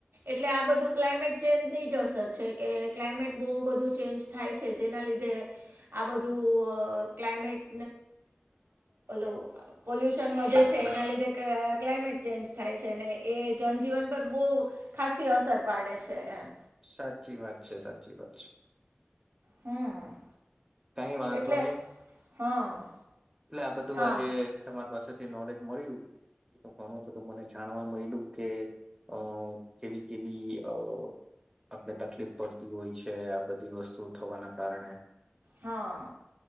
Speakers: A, on the right; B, on the right.
A: એટલે આ બધું ક્લાઇમેટ ચેન્જની જ અસર છે કે ક્લાઇમેટ બહુ બધું ચેન્જ થાય છે જેના લીધે આ બધું ક્લામેટ ઓ પોલ્યુશન વધે છે એના લીધે ક્મેટ ચેન્જ થાય છે ને એ જનજીવન પર બહુ ખાસ અસર પાડે છે એમ
B: સાચી વાત છે સાચી વાત છે.
A: હમ.
B: કઈ વાંધો
A: એટલે
B: નહી.
A: હા
B: એટલે આ બધું
A: હા
B: આજે તમારી પાસેથી નોલેજ મળ્યું તો ઘણું બધું મને જાણ ણવા મળલ્યું કે અ કેવી કેવી અ આપને તકલીફ પડતી હોય છે આ બધી વસ્તુઓ થવાના કારણે
A: હા